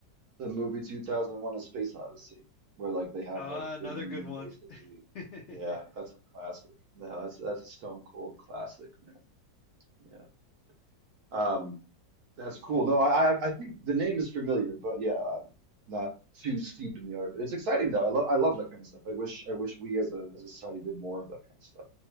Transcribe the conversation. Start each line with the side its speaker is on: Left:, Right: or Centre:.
Right: the movie 2001: A Space Odyssey, where like they have
Left: Uh,
Right: like the
Left: another
Right: moon
Left: good one.
Right: basically.
Left: <laughs>
Right: Yeah, that's a classic. No, that's that's a stone cold classic, man. Yeah. Um, that's cool.
Left: Well,
Right: No, I I I think the name is familiar, but yeah, I'm not too steep in the art. It's exciting though. I love I love that kind of stuff. I wish I wish we as a as a society did more of that kind of stuff.